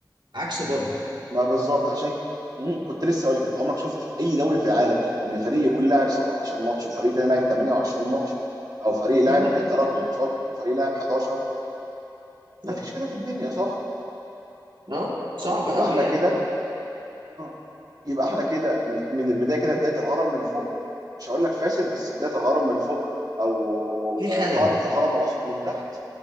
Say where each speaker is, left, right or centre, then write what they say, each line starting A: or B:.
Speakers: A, on the right; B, on the right.
A: عكس بره
B: ما بالظبط عشان مم، كنت لسه اقول لك انت عمرك شفت في اي دوري في العالم ان فريق يكون لاعب 17 ماتش وفريق تاني لاعب 28 ماتش او فريق لاعب
A: اكيد لا
B: 3 ماتشات وفريق لاعب 11
A: لا
B: مفيش كده في الدنيا صح؟
A: اه صعب
B: طيب يبقى
A: قوي
B: احنا
A: يعني
B: كده اه. يبقى احنا كده م- من البدايه كده بدايه الهرم من فوق مش هقول لك فاسد بس بدايه الهرم من فوق او
A: في خلل
B: آه، قاعده الهرم اقصد من تحت